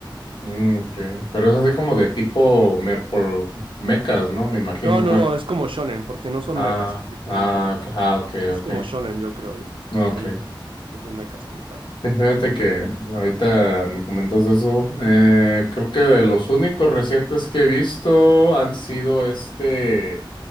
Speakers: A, on the left; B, on the right.
A: mm, ok. Pero es así como de tipo me, por mecas, ¿no? Me imagino.
B: No, no,
A: Bueno.
B: no, es como shonen, porque no son
A: Ah,
B: mechas estrictamente
A: ah,
B: hablando.
A: ok, ah, ok,
B: Es
A: ok.
B: como shonen, yo creo,
A: no,
B: porque
A: ok.
B: no, no son mechas como tal.
A: Sí, Fíjate que ahorita me comentas eso. Eh, creo que de los únicos recientes que he visto han sido este.